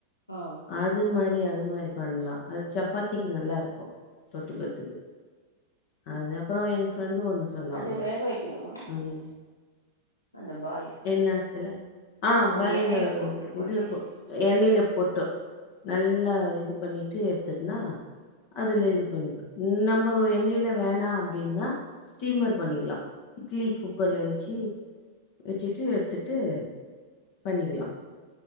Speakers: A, on the left; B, on the left.
A: ஆ
B: அது மாதிரி, அது மாதிரி பண்ணலாம். அது சப்பாத்திக்கு நல்லா இருக்கும். தொட்டுக்
A: ம்
B: அதுக்கப்புறம், எங்க ஃப்ரெண்டு ஒண்ணு சொன்னா,
A: அத வேக வைக்கணுமா
B: ஹம்
A: அந்த பால்
B: என்னாத்துல, ஆஹ்
A: ஓ
B: பால்ல
A: எண்ணெயில போட்டு பொறிக்கணும்
B: இதுல போட்டு, எண்ணெய்ல போட்டு, போட்டோ, நல்லா இது பண்ணிட்டு எடுத்துட்டுனா அதுல இது பண்ணிடும், நம்ம எண்ணயில வேணா எப்டின்னா, ஸ்டீம்மர் பண்ணிக்கலாம். இட்லி குக்கர்ல வச்சு, வச்சுட்டு, எடுத்துட்டு பண்ணிக்கலாம்.